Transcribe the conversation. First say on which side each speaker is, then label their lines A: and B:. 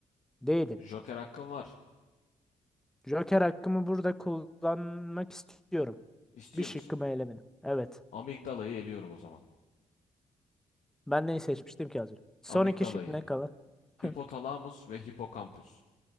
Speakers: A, in the centre; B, on the left.
A: Değilim.
B: Joker hakkın var.
A: Joker hakkımı burada kullanmak istiyorum.
B: İstiyor
A: Bir şıkkımı
B: musun?
A: elemedim. Evet.
B: Amigdalayı eliyorum o zaman.
A: Ben neyi seçmiştim ki az önce? Son
B: Amigdalayı,
A: iki şık ne kalan?
B: hipotalamus
A: <laughs>
B: ve hipokampüs.